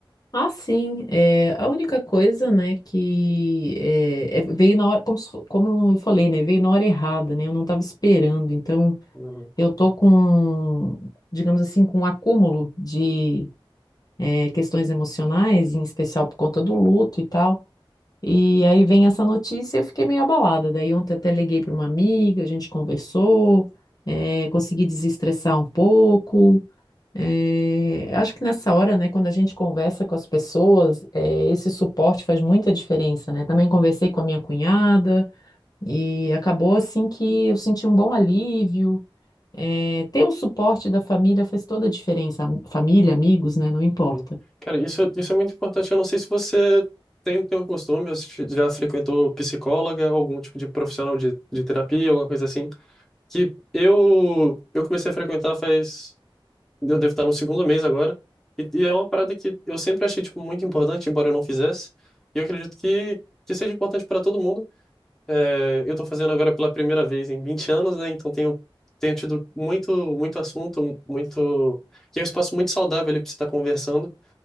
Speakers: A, on the left; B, in the centre.
A: Ah, sim, é, a única coisa, né, que é, é, veio na hora, como, se fo- como eu falei, né, veio na hora errada, né, eu não estava esperando, então
B: Uhum.
A: eu tô com, digamos assim, com um acúmulo de eh, questões emocionais, em especial por conta do luto e tal. E aí vem essa notícia e eu fiquei meio abalada. Daí ontem até liguei para uma amiga, a gente conversou, eh, consegui desestressar um pouco. Eh, acho que nessa hora, né, quando a gente conversa com as pessoas, eh, esse suporte faz muita diferença, né? Também conversei com a minha cunhada e acabou assim que eu senti um bom alívio. Eh, ter o suporte da família faz toda a diferença. Família, amigos, né? Não importa.
B: Sim. Cara, isso, isso é muito importante. Eu não sei se você tem, tem o costume, ou se já frequentou psicóloga, algum tipo de profissional de, de terapia, alguma coisa assim. Que eu, eu comecei a frequentar faz. Eu devo estar no segundo mês agora. E, e é uma parada que eu sempre achei, tipo, muito importante, embora eu não fizesse. E eu acredito que, que seja importante para todo mundo. É, eu estou fazendo agora pela primeira vez em 20 anos, né? Então tenho, tenho tido muito, muito assunto, muito. Que é um espaço muito saudável ali para você estar conversando